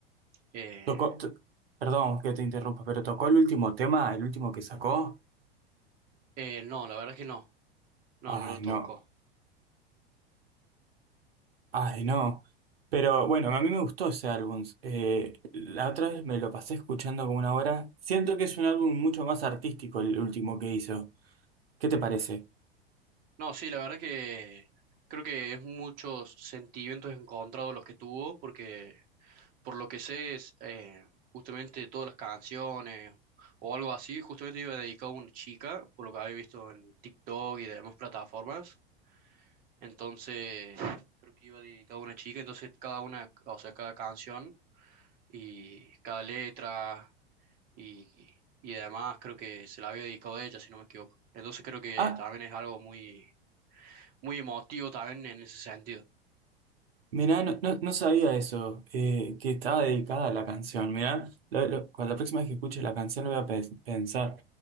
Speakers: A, on the right; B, on the right.
A: eh,
B: Tocó, t- perdón que te interrumpa, pero tocó el último tema, el último que sacó.
A: eh, no, la verdad que no, no,
B: Ay,
A: no lo
B: no,
A: tocó.
B: ay, no. Pero bueno, a mí me gustó ese álbum. Eh, la otra vez me lo pasé escuchando como una hora. Siento que es un álbum mucho más artístico el último que hizo. ¿Qué te parece?
A: No, sí, la verdad que creo que es muchos sentimientos encontrados los que tuvo porque por lo que sé, es, eh, justamente todas las canciones o algo así, justamente iba dedicado a una chica, por lo que había visto en TikTok y demás plataformas. Entonces, creo que iba dedicado a una chica, entonces cada una, o sea, cada canción y cada letra y, y además creo que se la había dedicado a ella, si no me equivoco. Entonces creo que
B: Ah,
A: también es algo muy, muy emotivo también en ese sentido.
B: Mirá, no, no, no sabía eso, eh, que estaba dedicada a la canción. Mirá, lo- lo- cuando la próxima vez que escuche la canción lo voy a pe- pensar.